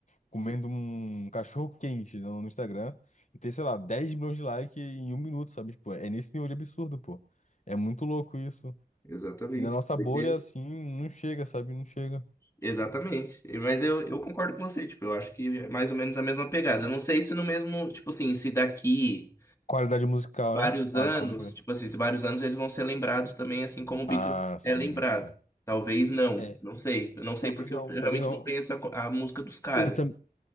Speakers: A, on the left (about 50°); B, on the left (about 20°).
A: comendo um cachorro quente no, no Instagram e ter, sei lá, 10 milhões de likes em um minuto, sabe? Tipo, é nesse nível de absurdo, pô. É muito louco isso.
B: Exatamente.
A: E na nossa
B: Doideira.
A: bolha, assim, não chega, sabe? Não chega.
B: Exatamente. E- Mas eu, eu concordo com você, tipo, eu acho que é mais ou menos a mesma pegada. Eu não sei se no mesmo, tipo assim, se daqui
A: Qualidade musical,
B: vários
A: né? Ah,
B: anos,
A: pode crer.
B: tipo assim, se vários anos eles vão ser lembrados também, assim como o Beatles
A: Ah, sim,
B: é lembrado.
A: sim.
B: Talvez não,
A: É,
B: não sei. Eu não sei
A: talvez
B: porque
A: não,
B: eu, eu
A: talvez
B: realmente
A: não.
B: não conheço a, co- a música dos caras.
A: Eu, tam,